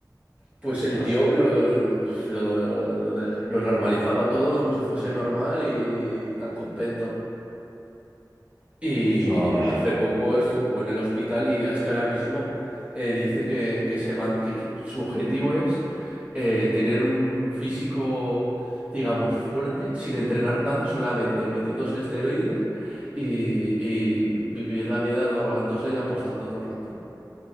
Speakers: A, on the right; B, on the left.
A: Pues
B: Ostras,
A: el tío lo, lo, lo- lo de- lo normalizaba todo como si fuese normal y tan contento. Y
B: es una barbaridad.
A: hace poco estuvo en el hospital y es que ahora mismo eh, dice que, que se man- que qui- su objetivo es eh, tener un físico, digamos, fuerte, sin entrenar nada, solamente metiéndose esteroides y, y vivir la vida drogándose y apostando todo el rato.